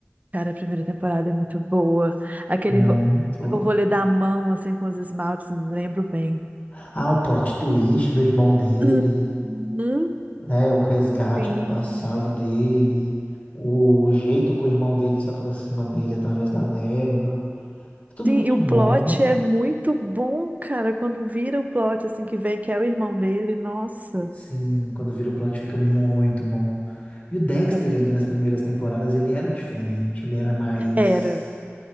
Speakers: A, on the right; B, on the left.
A: Cara, a primeira temporada é muito boa. Aquele
B: Muito.
A: ro- o rolê da mão, assim, com os esmaltes, me lembro bem.
B: Ah, o plot twist do irmão dele,
A: Uhum.
B: né? O resgate
A: Sim.
B: do passado dele, o jeito que o irmão dele se aproxima dele através da Deborah. É tudo
A: Sim,
B: muito
A: e o
B: bom.
A: plot é muito bom, cara. Quando vira o plot, assim, que vem, que é o irmão dele, nossa.
B: Sim, quando vira o plot fica muito bom. E o Dexter
A: fica muito-
B: ali nas primeiras temporadas, ele era diferente, ele era mais.
A: Era.